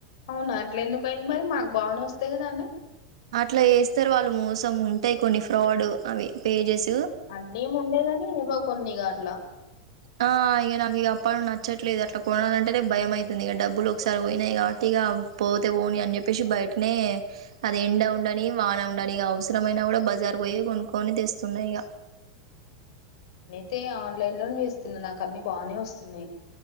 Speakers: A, on the left; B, on the right.
A: అవునా అట్ల ఎందుకైంది మరి మాకు బానే వస్తాయి కదా అన్ని
B: అట్లా ఏస్తారు వాళ్ళు మోసం ఉంటాయి కొన్ని ఫ్రాడ్ అవి పేజస్
A: అన్నీ ఏం ఉండేవని ఏవో కొన్ని గా అట్లా
B: ఆ ఇగ నాకు ఇగ అప్పటినుండి నచ్చట్లేదు అట్లా కొనాలంటేనే భయం ఐతుంది ఇగ డబ్బులు ఒకసారి పోయినాయి కాబట్టి ఇగ పోతే పోని అని చెప్పేసి బయటనే అది ఎండ ఉండని వాన ఉండని ఇగ అవసరమైనా కూడా బజార్ పోయి కొనుక్కొని తెస్తున్నా ఇగ
A: తే ఆన్లైన్ లో నే తెస్తున్నా నాకు అన్నీ బానే వస్తున్నాయి